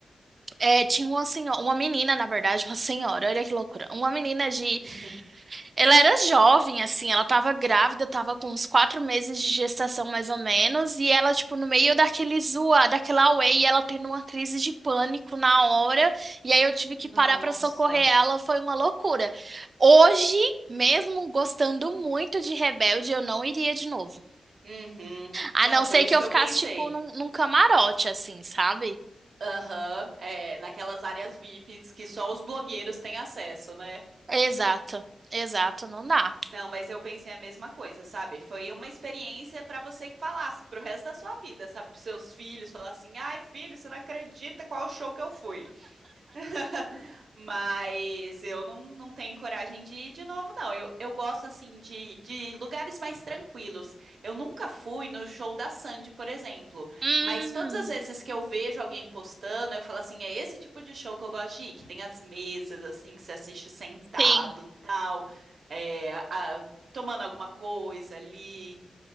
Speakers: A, on the right (about 45°); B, on the right (about 65°).
A: É, tinha uma senhora, uma menina, na verdade, uma senhora, olha que loucura. Uma menina de.
B: <laughs>
A: Ela era jovem, assim, ela tava grávida, tava com uns quatro meses de gestação, mais ou menos, e ela, tipo, no meio daquele zoa, daquela auê, e ela tendo uma crise de pânico na hora, e aí eu tive que
B: Nossa.
A: parar pra socorrer ela, foi uma loucura. Hoje, mesmo gostando muito de Rebelde, eu não iria de novo.
B: Uhum.
A: A
B: Não,
A: não
B: foi
A: ser
B: isso
A: que eu
B: que
A: ficasse,
B: eu pensei.
A: tipo, num, num camarote, assim, sabe?
B: Aham, é, naquelas áreas VIPs que só os blogueiros têm acesso, né?
A: Exato, exato, não dá.
B: Não, mas eu pensei a mesma coisa, sabe? Foi uma experiência pra você falar assim, pro resto da sua vida, sabe? Pros seus filhos, falar assim: ai, filho, você não acredita qual show que eu fui. <laughs> Mas eu não, não tenho coragem de ir de novo, não. Eu, eu gosto, assim, de, de lugares mais tranquilos. Eu nunca fui no show da Sandy, por exemplo.
A: Hum,
B: Mas todas as vezes que eu vejo alguém postando, eu falo assim: é esse tipo de show que eu gosto de ir, que tem as mesas, assim, que você assiste sentado,
A: sim.
B: tal, é, a- tomando alguma coisa ali.